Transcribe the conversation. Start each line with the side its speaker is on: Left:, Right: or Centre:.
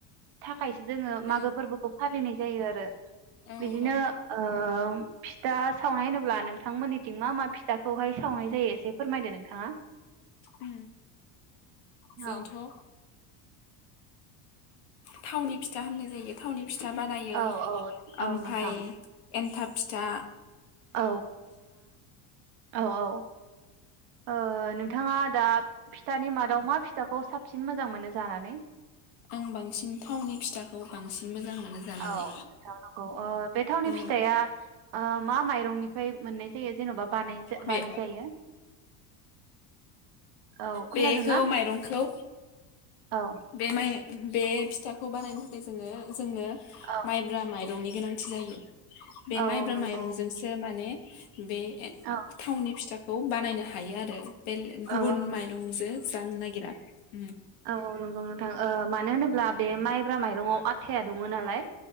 Right: थाखायसो जोङो मागो
Left: औ
Right: फोरबोखौ फालिनाय जायो आरो
Left: औ
Right: बिदिनो
Left: औ
Right: ओ फिथा सावनाय होनोब्ला नोंथांमोननिथिं मा मा फिथाखौहाय सावनाय जायो एसे फोरमायदो नोंथाङा
Left: ओ जोंथ
Right: औ
Left: ओ थावनि फिथा होननाय जायो थावनि फिथा बानायो
Right: औ औ औ
Left: ओमफाय
Right: नोंथां
Left: एन्थाब फि दा
Right: औ औ औ ओ नोंथाङा दा फिथानि मादाव मा फिथाखौ साफ साबसिन मोजां मोनो जानानै
Left: आं बांसिन थावनि फिथाखौ बांसिन मोजां मोनो जानानै
Right: औ नोंथां नंगौ ओ बे थावनि
Left: औ
Right: फिथाइया ओ मा माइरंनिफ्राय मोननाय जायो जेनबा बानाय
Left: बे
Right: बानाय जायो औ
Left: बेखौ
Right: खोनादोंना
Left: माइरंखौ
Right: औ
Left: बे माइ बे फिथाखौ बानायनो थाखाय जोङो जोंनो
Right: औ
Left: माइब्रा माइ रंनि गोनांथि जायो। बे
Right: औ
Left: माइब्रा
Right: औ नंगौ
Left: माइरंजोंसो माने बे एन
Right: औ
Left: थावनि फिथाखौ बानायनो हायो आरो। बेल गुबुन
Right: औ औ
Left: माइरंजो जानो नागिरा उम
Right: औऔ नंगौ नोंथां ओ मानो होनोब्ला बे माइब्रा माइरंआव आथाया दङ नालाय।